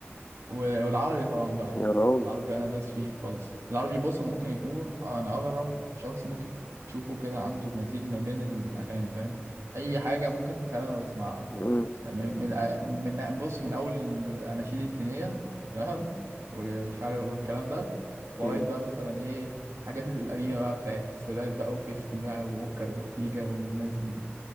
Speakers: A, on the right (about 85°); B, on the left (about 45°).
A: و- والعربي طبعا بقى
B: يا راجل
A: العربي انا داس فيه خالص العربي بص انا ممكن يكون انا اغرب شخص ممكن تشوفه كده عنده مزيج ما بين الاغاني فاهم اي حاجه ممكن تتخيلها انا بسمعها
B: مم.
A: من من من بص من اول الاناشيد الدينيه تمام ومش عارف والكلام ده لغايه
B: مم.
A: بقى مثلا ايه الحاجات القديمه بقى بتاعت السادات بقى وفيفتي بقى واوكر اورتيجا والناس دي